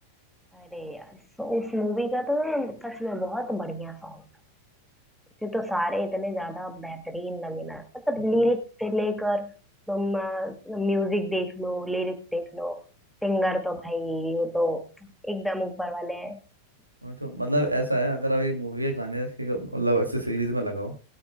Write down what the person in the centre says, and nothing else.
अरे यार सो उस मूवी का तो सच में बहुत बढ़िया सॉन्ग था। ये तो सारे इतने ज्यादा बेहतरीन लगे ना मतलब
लिरिक्स से लेकर तुम म्यूजिक देख लो लिरिक्स देख लो सिंगर तो भाई वो तो एकदम ऊपर वाले हैं